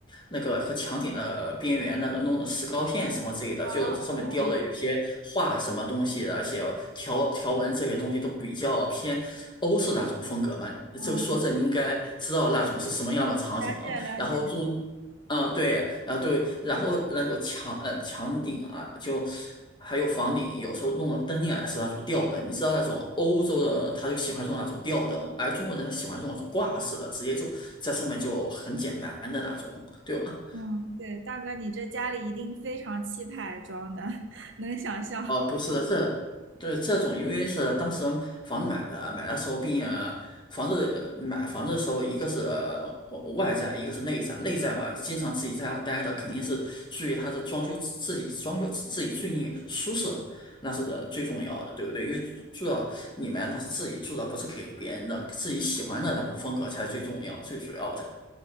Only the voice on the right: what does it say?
啊啊
啊！
哦了解了解，
嗯，对，大哥，你这家里一定非常气派装的，<laughs> 能想象。